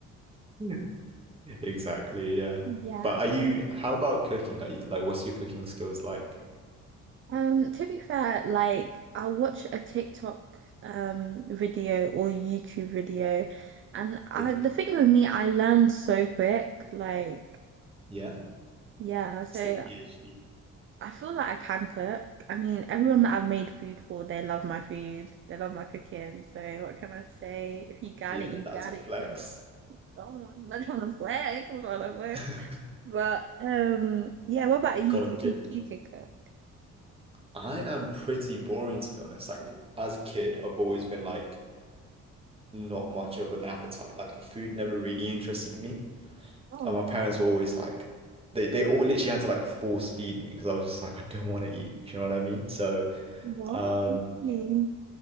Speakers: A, on the right (about 20°); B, on the right (about 45°).
A: <laughs> exactly, yeah.
B: yeah.
A: But are you? How about cooking? Are you like? What's your cooking skills like?
B: Um, to be fair, like I watch a TikTok um video or YouTube video, and I
A: Yeah,
B: the thing with me, I learn so quick. Like
A: yeah.
B: yeah, so
A: Stay PhD.
B: I feel like I can cook. I mean, everyone that I've made food for, they love my food. They love my cooking. So what can I say? If you got
A: Yeah,
B: it, you
A: that's
B: got
A: a flex.
B: it. If you don't, you don't. I'm not trying to flex. I'm not trying to flex.
A: <laughs>
B: But um, yeah. What about you?
A: God
B: Do you
A: given.
B: think you can cook?
A: I am pretty boring to be honest. Like as a kid, I've always been like not much of an appetite. Like food never really interested me.
B: Oh,
A: And my parents were always like they they all literally had to like force feed me because I was just like I don't want to eat. You know what I mean? So
B: what?
A: um
B: Really?